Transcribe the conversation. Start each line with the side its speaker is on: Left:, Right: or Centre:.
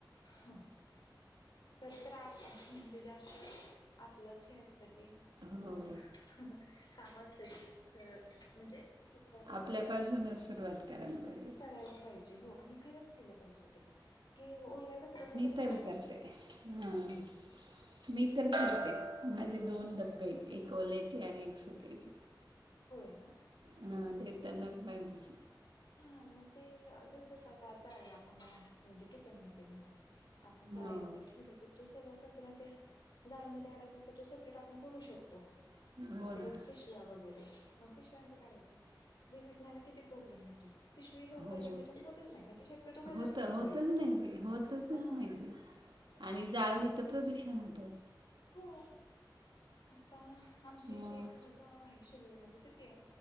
Left: हो. खर तर म्हणजे जास्त आपलंच हे असतं की
Right: हो
Left: अ काम असत की म्हणजे सुका कचरा
Right: आपल्यापासूनच
Left: ओला कचरा‌
Right: सुरुवात करायला पाहिजे
Left: करायला पाहिजे हो आणि खरंच केलं पाहिजे ते की ओल्या कचराच कस
Right: तेल करते. ह मी तर करते माझे दोन डबे एक ओल्याचे आणि एक सुक्याचे.
Left: होय ना.
Right: हा ते
Left: पण
Right: त्यांनाच माहितीस.
Left: हा मग ते जस आता आच आहे आपण म्हणजे किचन मध्ये म्हणा आपण जाळी
Right: हो
Left: वगैरे ठेवलं तर तो सगळा कचरा त्या जाळयामध्ये अडकला तो सेपरेट आपण करू शकतो.
Right: हो
Left: व्यक्तीश
Right: ना
Left: या वगैरे मग पिशव्यांचं काय होतं विघटनाला किती प्रॉब्लेम येतो. पिशवी लवकर
Right: हो
Left: विघटन होतच नाही म्हणजे शक्यतो होतच
Right: होतं
Left: नाही तिचं विघटन
Right: नाही ते होतचच
Left: हा
Right: नाही ते आणि जाळली तरं प्रदूषण होतं.
Left: हो. आता आमचे
Right: मग
Left: इथे एक गाव आहे शहर म्हणजे सिटी आहे.